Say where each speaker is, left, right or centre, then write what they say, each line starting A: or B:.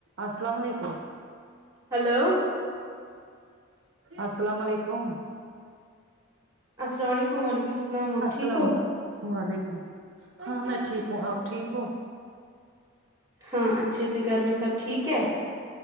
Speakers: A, on the right; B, on the right.
A: السلام علیکم
B: ہلو
A: السلام علیکم
B: اسلام علیکم وعلیکم السلام آپ
A: السلام
B: ٹھیک ہو
A: وعلیکم ہاں میں ٹھیک ہوں آپ ٹھیک ہو
B: ہاں اچھے سے گھر میں سب ٹھیک ہے